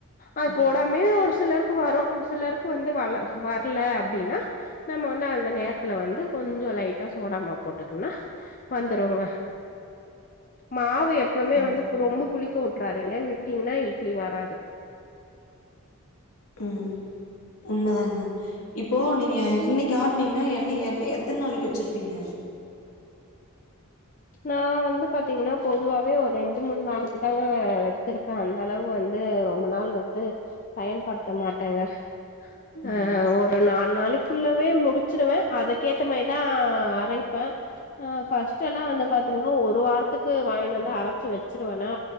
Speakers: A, on the left (about 35°); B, on the left (about 70°).
A: அது
B: ம்
A: போடாமயே ஒரு ஒரு சிலருக்கு வரும் சிலருக்கு வந்து வல வர்ல அப் அப்டின்னா நம்ம வந்து அந்த நேரத்துல வந்து கொஞ்சொம் லைட்டா சோடாமாவு போட்டுக்குனா வந்துரூங்க மாவு எப்பமே
B: ம்
A: வந்து ரொம்ப புளிக்க வுட்றாரதிங்க விட்டீங்னா இட்லி வராது
B: ம் உண்ம தாங்க இப்போ நீங்க இன்னைக்கு ஆட்னிங்னா என்ன எத்ன நாளைக்கு வச்சிருப்பீங்க ப்பீங்க
A: நா வந்து பாத்தீங்கன்னா பொதுவாவே ஒரு ரெண்டு மூணு நாளுக்கு தாங்க வச்சிருப்பேன் அந்தளவு வந்து ரொம்ப நாள் வந்து பயன்படுத்த மாட்டேங்க
B: ம்
A: ஆ ஒரு நாலு நாளைக் குள்ளவே முடிச்சுருவே அதுக்கேத்த மாரிதா அரைப்பே ஆ ஃபஸ்டெல்லா அந்த பாத்தீங்கன்னா ஒரு வாரத்துக்கு வாங்கினு வந்து அரச்சு வெச்சுருவேனா